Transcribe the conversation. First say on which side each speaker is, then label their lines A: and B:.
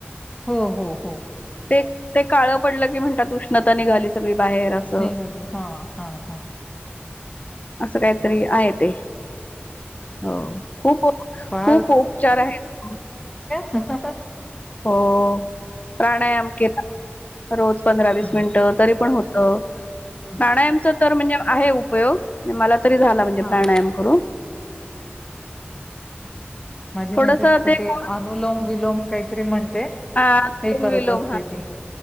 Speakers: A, on the left; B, on the left.
A: हो हो हो
B: ते ते काळं पडलं की म्हणतात उष्णता निघाली सगळी बाहेर असं
A: नाही गदी हा हा हा
B: असं काहीतरी आहे ते हो खूप
A: फार
B: खूप उपचार आहेत
A: ह
B: हो प्राणायाम केला रोज पंधरा
A: हम्म
B: वीस मिनिट तरी पण होत प्राणायामच
A: हम्म
B: तर म्हणजे आहे उपयोग मला तरी झाला म्हणजे
A: हा
B: प्राणायाम
A: हा
B: करू
A: माझी
B: थोडस
A: माैत्री असत ते
B: कोर्स
A: अनुलम विलोम काहीतरी म्हण ते
B: अनुलोम
A: हे करत
B: विलोम
A: असते
B: हा
A: ती